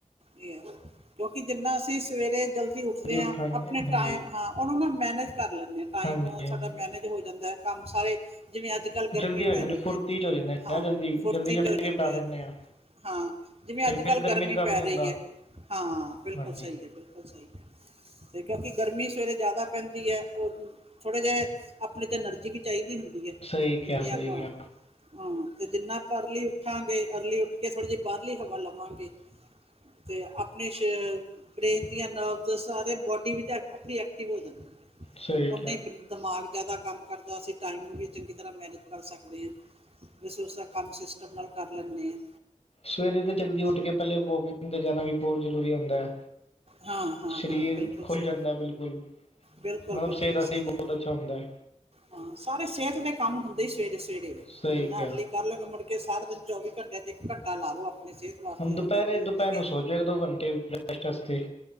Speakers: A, on the right (about 50°); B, on the left (about 50°).
A: ਠੀਕ ਕਿਉਂਕਿ ਜਿੰਨਾ ਅਸੀਂ ਸਵੇਰੇ ਜਲਦੀ ਉੱਠਦੇ
B: ਉੱਠਾਂਗੇ
A: ਆ, ਆਪਣੇ
B: ਹਾਂਜੀ
A: ਟਾਇ ਹਾਂ ਉਹਨੂੰ ਨਾ ਮੈਨੇਜ ਕਰ ਲੈਂਦੇ ਹਾਂ ਟਾਈਮ
B: ਹਾਂਜੀ ਹਾਂਜੀ
A: ਸਾਡਾ ਮੈਨੇਜ ਹੋ ਜਾਂਦਾ ਕੰਮ ਸਾਰੇ ਜਿਵੇਂ ਅੱਜ ਕੱਲ੍ਹ ਗਰਮੀ
B: ਜਲਦੀ ਹੋ ਜਾਂਦੇ
A: ਪੈ
B: ਨੇ
A: ਰਹੀ
B: ਫੁਰਤੀ
A: ਐ,
B: ਚ ਹੋ ਜਾਂਦੇ ਨੇ
A: ਹਾਂ
B: ਨਾ ਜਲਦੀ
A: ਫੁਰਤੀ
B: ਜਲਦੀ ਜਲਦੀ
A: 'ਚ ਹੋ ਜਾਂਦੇ
B: ਨਿਪਟਾ ਦਿੰਦੇ
A: ਐ।
B: ਆ
A: ਹਾਂ, ਜਿਵੇਂ
B: ਤੇ
A: ਅੱਜ ਕੱਲ੍ਹ
B: ਫਿਰ
A: ਗਰਮੀ
B: ਚ ਕੰਮ
A: ਪੈ
B: ਨੀ ਹੁੰਦਾ
A: ਰਹੀ ਐ, ਹਾਂ ਬਿਲਕੁਲ
B: ਹਾਂਜੀ
A: ਸਹੀ ਹੈ ਬਿਲਕੁਲ ਬਿਲਕੁਲ ਸਹੀ ਕਿਆ, ਤੇ ਕਿਉਂਕਿ ਗਰਮੀ ਸਵੇਰੇ ਜ਼ਿਆਦਾ ਪੈਂਦੀ ਐ ਉਹ ਕੁ ਥੋੜ੍ਹੇ ਜਿਹੇ ਆਪਣੀ ਤਾਂ ਐਨਰਜੀ ਵੀ ਚਾਹੀਦੀ ਹੁੰਦੀ ਏ,
B: ਸਹੀ
A: ਜਿੰਨੇ
B: ਕਿਹਾ
A: ਆਪਾਂ
B: ਸਹੀ ਕਿਹਾ
A: ਹੂੰ ਤੇ ਜਿੰਨਾ ਆਪਾਂ ਅਰਲੀ ਉੱਠਾਂਗੇ ਅਰਲੀ ਉੱਠ ਕੇ ਥੋੜ੍ਹੀ ਜਿਹੀ ਬਾਹਰਲੀ ਹਵਾ ਲਵਾਂਗੇ ਤੇ ਆਪਣੇ ਸੈ਼ਲ ਬ੍ਰੇਨ ਦੀਆਂ ਨਰਵਜ਼ ਸਾਰੇ ਬੋਡੀ ਵਿੱਚ ਐਕ ਆਪਣੀ ਐਕਟਿਵ ਹੋ ਜਾਂਦੇ ਨੇ,
B: ਸਹੀ
A: ਉਨੇ
B: ਕਿਹਾ
A: ਈ ਦਿਮਾਗ ਜ਼ਿਆਦਾ ਕੰਮ ਕਰਦਾ ਸੀ ਟਾਈਮ ਵੀ ਚੰਗੀ ਤਰ੍ਹਾਂ ਮੈਨੀਜ ਕਰ ਸਕਦੇ ਆ। ਅਸੀਂ ਉਸ ਦਾ ਕੰਮ ਸਿਸਟਮ ਨਾਲ ਕਰ ਲੈਂਨੇ ਆ।
B: ਸਵੇਰੇ ਤੇ ਜਲਦੀ ਉੱਠ ਕੇ ਪਹਿਲੇ ਵੋਕਿੰਗ ਤੇ ਜਾਣਾ ਵੀ ਬਹੁਤ ਜ਼ਰੂਰੀ ਹੁੰਦਾ ਐ।
A: ਹਾਂ ਹਾਂ
B: ਸਰੀਰ
A: ਹਾਂ ਹਾਂ ਬਿਲਕੁਲ
B: ਖੁੱਲ
A: ਸਹੀ
B: ਜਾਂਦਾ ਬਿਲਕੁਲ,
A: ਬਿਲਕੁਲ
B: ਮਤਲਬ
A: ਬਿਲਕੁਲ
B: ਸਿਹਤ ਵਾਸਤੇ
A: ਸਹੀ
B: ਬਹੁਤ
A: ਹੈ
B: ਅੱਛਾ ਹੁੰਦਾ ਐ।
A: ਹਾਂ ਸਾਰੇ ਸਿਹਤ ਦੇ ਕੰਮ ਹੁੰਦੇ ਹੀ ਸਵੇਰੇ -ਸਵੇਰੇ ਐ
B: ਸਹੀ
A: ਜਿਨ੍ਹਾਂ
B: ਕਿਹਾ
A: ਅਰਲੀ ਕਰ ਲੋ ਗੇ ਮੁੜ ਕੇ ਸਾਰਾ ਦਿਨ ਚੌਵੀ ਘੰਟਿਆਂ 'ਚ ਇੱਕ ਘੰਟਾ ਲਾ ਲੋ ਆਪਣੀ ਸਿਹਤ ਵਾਸਤੇ
B: ਹੁਣ ਦੁਪਹਿਰੇ-ਦੁਪਹਿਰ
A: ਜਲਦੀ ਉੱਠ ਕੇ
B: ਨੂੰ ਸੌ ਜਾਓ ਇੱਕ-ਦੋ ਘੰਟੇ ਰੈਸਟ ਵਾਸਤੇ।